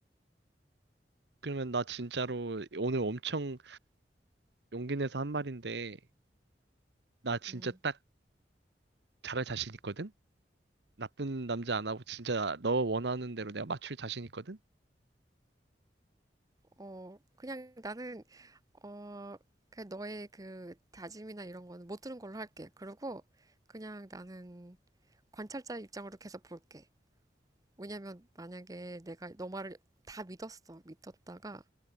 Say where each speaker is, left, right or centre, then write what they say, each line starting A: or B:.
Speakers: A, on the right; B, on the right.
A: 그러면 나 진짜로 오늘 엄청 용기 내서 한 말인데, 나 진짜
B: 음,
A: 딱 잘할 자신 있거든? 나쁜 남자 안 하고 진짜 너 원하는 대로 내가 맞출 자신 있거든?
B: 어, 그냥 나는, 어, 그냥 너의 그 다짐이나 이런 거는 못 들은 걸로 할게. 그리고 그냥 나는 관찰자의 입장으로 계속 볼게. 왜냐면 만약에 내가 너 말을 다 믿었어. 믿었다가